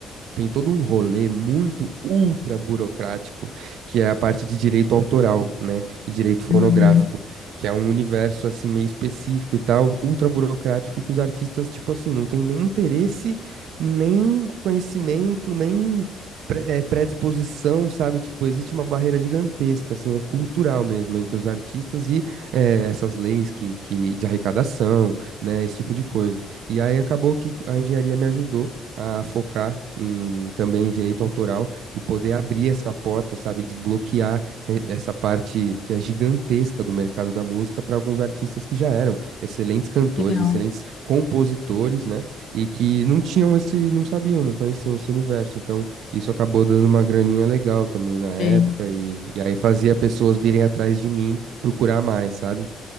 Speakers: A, on the right; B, on the left.
A: tem todo um rolê muito ultra burocrático, que é a parte de direito autoral, né? E direito fonográfico,
B: Uhum.
A: que é um universo assim meio específico e tal, ultra burocrático e que os artistas, tipo assim, não tem nem interesse, nem conhecimento, nem pre- eh, predisposição, sabe? Tipo, existe uma barreira gigantesca, assim, é cultural mesmo entre os artistas e eh, essas leis que, que de arrecadação, né? Esse tipo de coisa. E aí acabou que a engenharia me ajudou a focar em também direito autoral e poder abrir essa porta, sabe, desbloquear eh, essa parte que é gigantesca do mercado da música para alguns artistas que já eram excelentes cantores,
B: Legal.
A: excelentes compositores, né, e que não tinham esse, não sabiam, não conheciam esse universo. Então, isso acabou dando uma graninha legal também na época
B: Sei.
A: e, e aí fazia pessoas virem atrás de mim procurar mais, sabe?